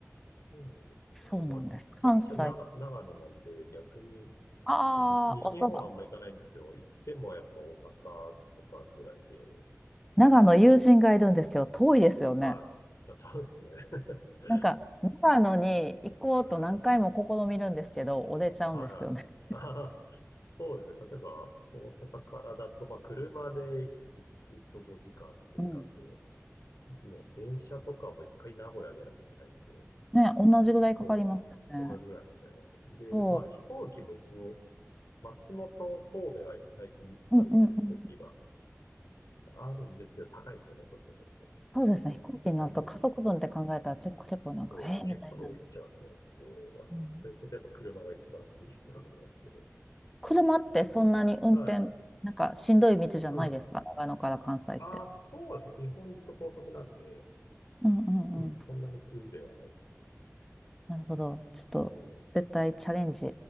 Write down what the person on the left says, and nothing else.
そうなんですね。
私は長、
長野なんで、逆に、
そう、西、西日本はあんま行かないんですよ。
行ってもやっぱ大阪とかぐらいで。
そ
うはい。あ、そうですね。<laughs>
ええ
はいはい。あーそうですね。例えば、大阪からだと、まあ、車で行くと5時間、6時間で、
ね、電車とかも一回名古屋出なきゃいけないんで、
そう、同じぐらいですかね。で、
まあ、飛行機も一応、松本、神戸は最近あるんで、
飛行機が。あるんですけど、高いんですよね、そっちはちょっと、値段が。
うん。そう、
結構いっちゃいますね、
そうは。
で、それでやっぱ車が一番リーズナブルなんですけど。
はい。
うん。
ああ、そうですね。基本ずっと高速なんで、
うん、そんなに苦ではないですね。
うん。